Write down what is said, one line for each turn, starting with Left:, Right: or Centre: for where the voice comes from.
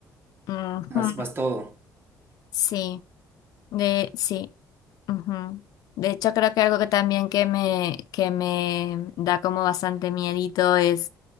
Left: Ujú.
Right: más, más todo.
Left: Sí, de, sí. ujú. De hecho, creo que algo que también que me, que me da como bastante miedito es